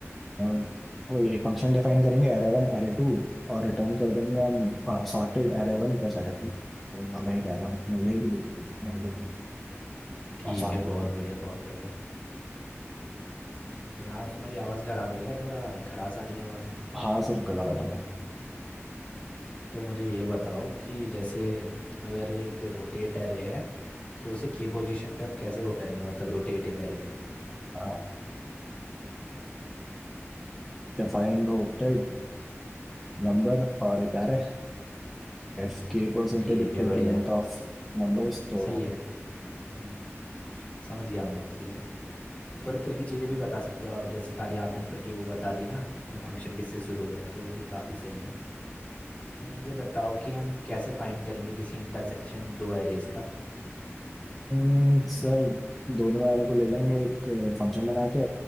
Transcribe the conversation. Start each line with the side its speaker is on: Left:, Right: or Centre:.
Centre: अह, वो ये फंक्शन डिफाइन करेंगे एरे वन एरे टू और रिटर्न कर देंगे हम sorted array one plus array two और हमें एक एरे मिल जाएगी जो कि मान लो कि
Left: ठीक
Centre: आसान
Left: है
Centre: भी
Left: बहुत
Centre: होगी
Left: बढ़िया बहुत बढ़िया ठीक है आज तुम्हारी आवाज़ ख़राब है क्या थोड़ा खराश आ रही है आवाज़ में
Centre: हाँ सर गला बैठा
Left: तो
Centre: हुआ
Left: तो मुझे ये बताओ कि जैसे अगर एक रोटेट एरे है तो उसे के पोजीशन पे हम कैसे वो करेंगे मतलब रोटेट एक एरे को
Centre: है। डिफाइन रोटेड नंबर और एक array If k percentage
Left: ठीक
Centre: equal
Left: है बढ़िया
Centre: to length of
Left: हम्म,
Centre: numbers तो
Left: सही है हम्म, समझ गया मैं उत्ते से ऊपर ऊपर की चीज़ें भी बता सकते हो आप जैसे खाली आपने ऊपर की वो बता दी ना फंक्शन किससे शुरू हो रहा है तो वो भी काफ़ी सही है तो मुझे बताओ कि हम कैसे फाइंड करेंगे किसी इंटरसेक्शन दो एरेज का
Centre: हम्म, सर दोनों एरो को ले लेंगे एक फंक्शन बना के